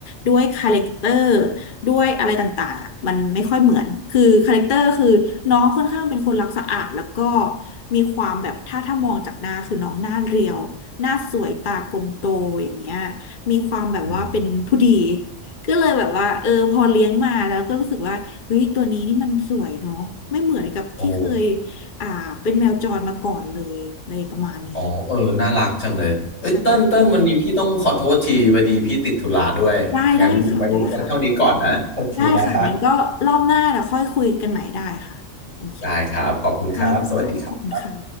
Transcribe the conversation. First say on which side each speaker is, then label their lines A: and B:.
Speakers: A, on the left; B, on the left.
A: ด้วยคาแรคเตอร์ด้วยอะไรต่างๆอะมันไม่ค่อยเหมือนคือคาแรคเตอร์คือน้องค่อนข้างเป็นคนรักสะอาดแล้วก็มีความแบบถ้าถ้ามองจากหน้าคือน้องหน้าเรียวหน้าสวยตากลมโตอย่างเงี้ย มีความแบบว่าเป็นผู้ดี
B: อืม
A: ก็เลยแบบว่าเออพอเลี้ยงมาแล้วก็รู้สึกว่าเฮ้ยตัวนี้นี่มันสวยเนาะไม่เหมือนกับที่เคย
B: โอ้
A: อ่าเป็นแมวจรมาก่อนเลยเลยประมาณนี้
B: อ๋อเออน่ารักจังเลยเอ้ยเติ้ลเติ้ลวันนี้พี่ต้องขอโทษทีพอดีพี่ติดธุระด้วยงั้นไว้ไว้เท่านี้ก่อนนะโทษทีนะคะ
A: ใช่ปะได้ได้ค่ะได้ค่ะได้ค่ะงั้นก็รอบหน้าเดี๋ยวค่อยคุยกันใหม่ได้ค่ะโอเค
B: ได้ครับขอบคุณครับสวัสดีครับ
A: ค่ะค่ะขอบคุณค่ะ